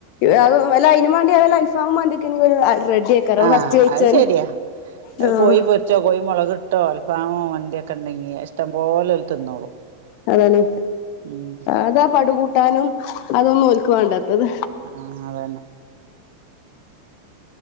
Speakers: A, on the left (about 45°); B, on the right (about 55°).
A: അ ഔ ല്ല അയ്നുംവേണ്ടി ല്ല അൽഫാമും മന്തിക്കെണെങ്കി ര് റെഡി ആക്കാരം
B: ആഹ
A: ഫസ്റ്റ് കഴിച്ചാന്
B: അത് ശരിയാ
A: ആഹ്
B: കോയി പൊരിച്ചോ കോഴി മൊളകിട്ടോ അല്ഫാമോ മന്തിയൊക്കെ ഉണ്ടെങ്കിയ ഇഷ്ടം പോലെ തിന്നോളും
A: അതാണ്
B: ഉം
A: അതാ പടുകൂട്ടാനും. അതൊന്നും ഓല്ക്ക് വാണ്ടാത്തത്.
B: ആഹ് അതന്നെ